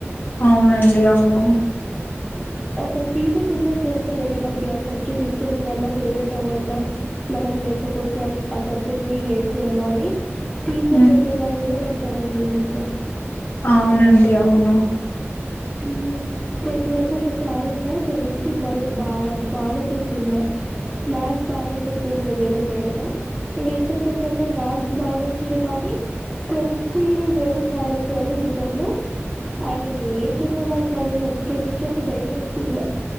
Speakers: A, on the left (about 50°); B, in the centre.
A: అవునండి అవును
B: ఒక టీచర్ డిసైడ్ చేస్తారండి మనకి ఆ సబ్జెక్ట్ ఇష్టం ఉండాలా ఫేవరెట్ అవ్వాల మన లేకపోతే ఆ సబ్జెక్ట్ ని హేట్ చేయాల్ల అని టీచర్
A: హ్మ్.
B: చెప్పే దాని మీద పడతారండి మొత్తం
A: అవునండి అవును
B: మ్మ్ టెన్త్ వరకు ఒకసార్ ఉండే కెమిస్ట్రీ బరి బా బాగా చెప్తుందె మ్యాస్ బాగా చెప్తుండె వెరే మేడము ఇగ ఇంటర్కి వచ్చాక మ్యాథ్స్ బాగా వచ్చింది కానీ కెమిస్ట్రీ వేరే సార్ వచ్చారు ఇంటర్లో ఆయన ఎం ేవ కాదు ఇంగ కెమిస్ట్రీ అంటే భయం వేస్తుండే